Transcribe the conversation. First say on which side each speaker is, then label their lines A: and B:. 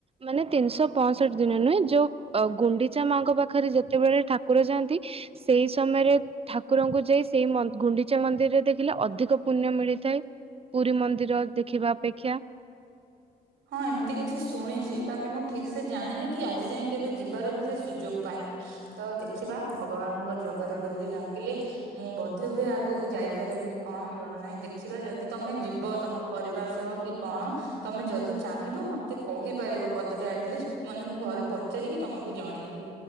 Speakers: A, on the right; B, on the right.
A: ମାନେ ତିନିଶହ ପଁଷଠି ଦିନ ନୁହେଁ ଯୋଉ ଗୁଣ୍ଡିଚା ମାଙ୍କ ପାଖରେ ଯେତେବେଳେ ଠାକୁର ଯାଆନ୍ତି। ସେଇ ସମୟରେ ଠାକୁରଙ୍କୁ ଯାଇ ସେଇ ମ ଗୁଣ୍ଡିଚା ମନ୍ଦିରରେ ଦେଖିଲେ ଅଧିକ ପୁଣ୍ୟ ମିଳିଥାଏ। ପୁରୀ ମନ୍ଦିର ଦେଖିବା ଅପେକ୍ଷା।
B: ହଁ ଏମିତି କିଛି ଶୁଣିଛି ବାକି ମୁଁ ଠିକ ସେ ଜାଣିନି କି ଆଜି ଯାଇ କେବେ ଯିବାର ବି ସେ ସୁଯୋଗ ପାଇନି। ତ ଦେଖିବା ଭଗବାନ। ଜଗାର ଡୋରି ଲାଗିଲେ ମୁଁ ବୋଧେ ହୁଏ ଆଗକୁ ଯାଇପାରିବି କି କଣ ଜଣ ନାହିଁ ଦେଖିବା ଯଦି। ତମେ ଯିବ ତମ ପରିବାର ସହ କି କଣ ତମେ ଯଦି। ଚାହିଁ ମତେ କହିପାରିବ ପଦଟେ ଆଟଲିଷ୍ଟ ମାନେ ମୁଁ ଘରେ ପଚାରିକି ତମକୁ ଜଣେଇବି।